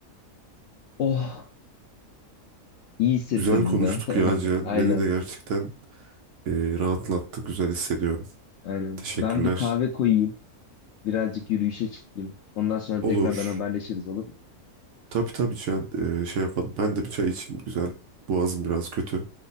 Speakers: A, on the left; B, on the right.
A: Oh, iyi hissettirdi
B: Güzel konuştuk
A: be. <laughs>
B: ya Cihan.
A: Aynen.
B: Beni de gerçekten e, rahatlattı. Güzel hissediyorum.
A: Aynen.
B: Teşekkürler.
A: Ben bir kahve koyayım, birazcık yürüyüşe çıkayım. Ondan sonra
B: Olur.
A: tekrardan haberleşiriz olur mu?
B: Tabii tabii Cihan. E, şey yapalım. Ben de bir çay içeyim. Güzel. Boğazım biraz kötü.